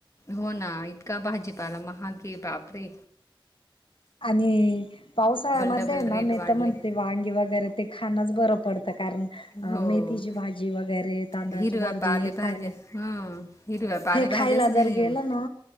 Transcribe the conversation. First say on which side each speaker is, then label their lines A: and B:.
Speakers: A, on the left (about 35°); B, on the left (about 70°).
A: हो ना, इतका भाजीपाला महाग हे बाबरे!
B: आणि, पावसाळ्यामध्ये
A: डबल
B: ना
A: रेट
B: मी
A: वाढले
B: तर म्हणते वांगी वगैरे, ते खाणच बरं पडतं कारण अ
A: हो
B: मेथीची भाजी वगैरे, तांदळाची
A: हिरव्या
B: भाजी
A: पालेभाज्या
B: हे खायला.
A: हां हिरव्या पालेभाज्याच
B: हे खायला
A: नाही
B: जर
A: आहे
B: गेलं
A: मग
B: ना